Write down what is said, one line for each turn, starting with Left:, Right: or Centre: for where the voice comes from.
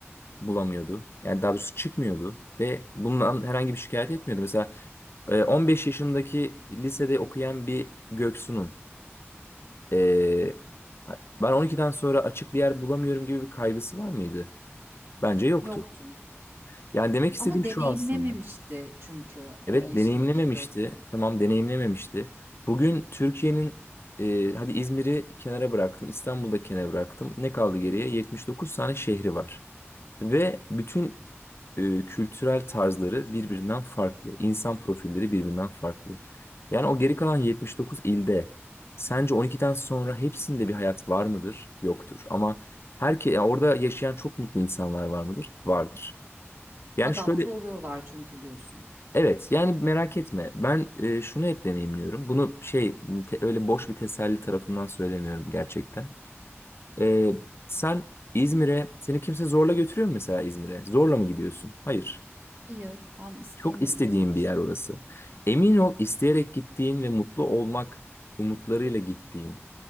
Left: bulamıyordu. Yani daha doğrusu çıkmıyordu ve bundan herhangi bir şikayet etmiyordu. Mesela e, 15 yaşındaki lisede okuyan bir Göksu'nun e, ben 12'den sonra açık bir yer bulamıyorum gibi bir kaygısı var mıydı? Bence yoktu.
Right: Yoktu.
Left: Yani demek istediğim
Right: Ama deneyimlememişti
Left: şu aslında.
Right: çünkü 10
Left: Evet
Right: yaşındaki
Left: deneyimlememişti.
Right: Göksu.
Left: Tamam deneyimlememişti. Bugün Türkiye'nin e, hadi İzmir'i kenara bıraktım. İstanbul'da kenara bıraktım. Ne kaldı geriye? 79 tane şehri var. Ve bütün e, kültürel tarzları birbirinden farklı. İnsan profilleri birbirinden farklı. Yani o geri kalan 79 ilde sence 12'den sonra hepsinde bir hayat var mıdır? Yoktur. Ama herke, ya orada yaşayan çok mutlu insanlar var mıdır? Vardır. Yani
Right: Adapte
Left: şöyle
Right: oluyorlar çünkü diyorsun.
Left: Evet yani merak etme. Ben e, şunu hep deneyimliyorum. Bunu şey te- öyle boş bir teselli tarafından söylemiyorum gerçekten. E, sen İzmir'e seni kimse zorla götürüyor mu mesela İzmir'e? Zorla mı gidiyorsun? Hayır.
Right: Hayır, ben isteğimle
Left: Çok istediğin
Right: gitmek istiyorum.
Left: bir yer orası. Emin ol isteyerek gittiğin ve mutlu olmak umutlarıyla gittiğin